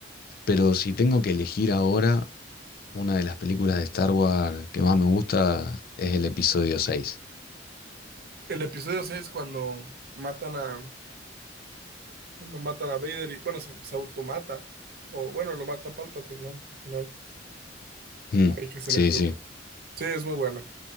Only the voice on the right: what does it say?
El episodio 6 cuando matan a... Cuando matan a Vader y... Bueno, se, se automata. O bueno, lo mata Palpatine, ¿no? Al final,
hay que se
electrocuta.
Sí, es muy buena.